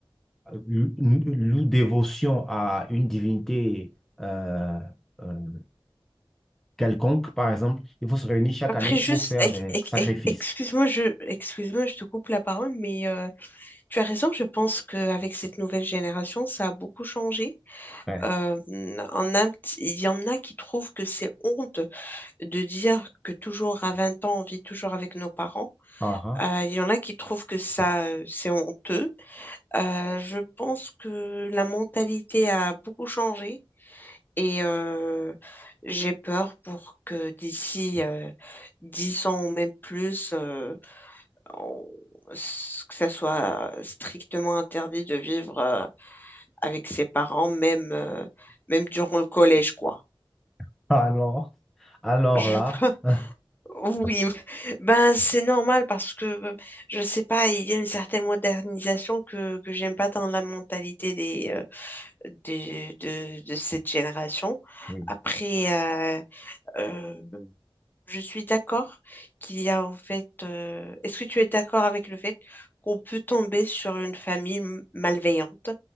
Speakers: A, in the centre; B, on the left.
A: lou- loue dévotion à une divinité euh, euh, quelconque, par exemple, il faut se réunir chaque
B: Après
A: année
B: juste
A: pour faire
B: ec-
A: des
B: ec-
A: sacrifices.
B: ec- excuse-moi je excuse-moi je te coupe la parole mais euh, tu as raison je pense qu'avec cette nouvelle génération ça a beaucoup changé.
A: Ouais.
B: Euh, on a un petit- il y en a qui trouvent que c'est honte de dire que toujours à 20 ans on vit toujours avec nos parents.
A: Ah, ah.
B: Euh, il y en a qui trouvent que ça euh, c'est honteux. Euh, je pense que la mentalité a beaucoup changé. Et euh, j'ai peur pour que d'ici euh, 10 ans ou même plus, euh, on- s- que ça soit strictement interdit de vivre euh, avec ses parents, même, euh, même durant le collège, quoi.
A: <laughs> Alors, alors
B: Je...
A: là,
B: <laughs>
A: <laughs>
B: Oui, ben c'est normal parce que je sais pas, il y a une certaine modernisation que, que j'aime pas dans la mentalité des, euh, des- de, de cette génération.
A: oui.
B: Après, euh, Je suis d'accord qu'il y a en fait. euh, Est-ce que tu es d'accord avec le fait qu'on peut tomber sur une famille m- malveillante